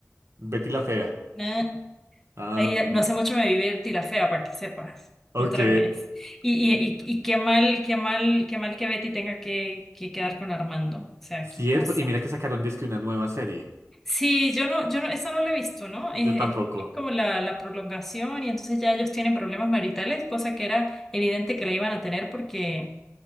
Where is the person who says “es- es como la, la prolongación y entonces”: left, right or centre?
Centre